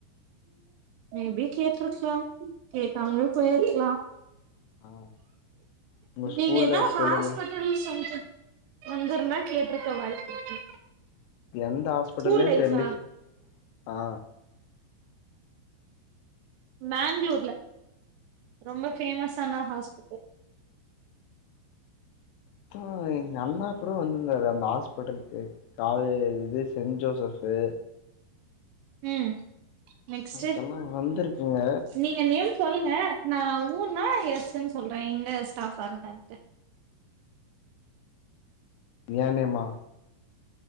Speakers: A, on the right; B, on the left.
A: மேபி கேட்ருக்லாம் கேக்காம்லயு போயிர்க்லா
B: ஆ உங்க
A: நீங்க
B: ஸ்கூல்
A: எதா
B: லைஃப்
A: ஹாஸ்பட்
B: சொல்லுங்க
A: <unintelligible> வந்துர்ந்தா கேட்டிருக்க வாய்ப்பு இருக்கு
B: எந்த ஹாஸ்பிட்டல்னே
A: ஸ்கூல் லைஃபா?
B: தெரிலே சிஸ் ஆ
A: மேங்ளூர்ல ரொம்ப ஃபேமஸான ஹாஸ்பிட்டல்
B: <unintelligible> எங்க அண்ணா கூட வந்திருந்தாரு அந்த ஹாஸ்ப் பெட்டலுக்கு காது இது சென்ட் ஜோசஃபு
A: ம் நெக்ஸ்டு
B: அதுக்கெல்லா
A: நீ
B: வந்திருக்குங்க
A: நீங்க நேம் சொல்லுங்க நா ஊன்னா எஸ்னு சொல்ற எங்க ஸ்டாஃபா இருந்தான்ட்டு
B: யெ நேமா